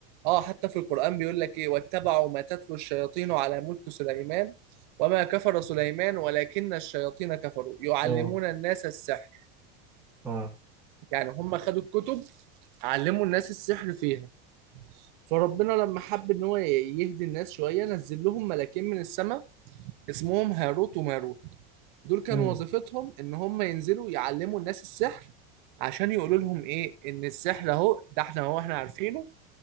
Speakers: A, on the right; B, in the centre.
A: اه حتى في القرآن بيقول لك ايه واتبعوا ما تتلو الشياطين على ملك سليمان وما كفر سليمان ولكن الشياطين كفروا يعلمون
B: اه
A: الناس السحر
B: اه
A: يعني هم خدوا الكتب علموا الناس السحر فيها فربنا لما حب ان هو ي- يهدي الناس شوية نزل لهم ملاكين من السماء اسمهم هاروت وماروت دول كانوا
B: امم
A: وظيفتهم ان هم ينزلوا يعلموا الناس السحر عشان يقولوا لهم ايه ان السحر اهو ده احنا هو احنا عارفينه